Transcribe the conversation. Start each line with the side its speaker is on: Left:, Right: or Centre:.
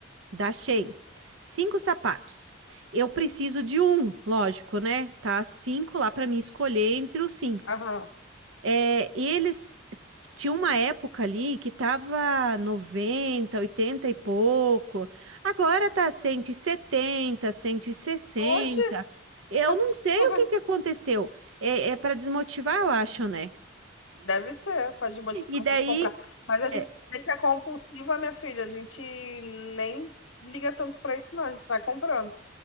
Right: da Shein, cinco sapatos. Eu preciso de um, lógico, né? Tá cinco lá pra mim escolher entre os cinco.
Left: Aham.
Right: É, e eles tinha uma época ali que tava 90, 80 e pouco. Agora tá 170, 160.
Left: Oxe.
Right: Eu
Left: <laughs>
Right: não sei o que que aconteceu. É, é para desmotivar, eu acho, né?
Left: Deve ser, pode motivar
Right: E daí,
Left: a gente a comprar. Mas a gente
Right: é,
Left: vê que é compulsiva, minha filha. A gente nem liga tanto pra isso, não. A gente sai comprando.